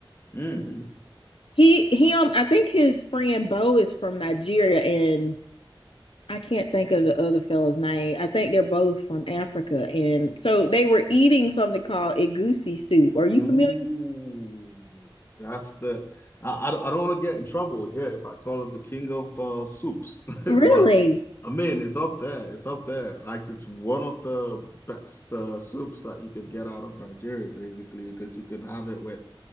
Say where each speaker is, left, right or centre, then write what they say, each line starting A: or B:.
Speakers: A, on the left (about 30°); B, on the left (about 75°).
A: Mm.
B: He he um I think his friend Bo is from Nigeria and I can't think of the other fella's name. I think they're both from Africa and so they were eating something called egusi soup. Are you
A: Ooh,
B: familiar?
A: that's the. I, I don't, I don't want to get in trouble here if I call it the king of uh, soups, <laughs>
B: Really?
A: but I mean it's up there. It's up there. Like it's one of the best uh, soups that you could get out of Nigeria, basically, because you could have it with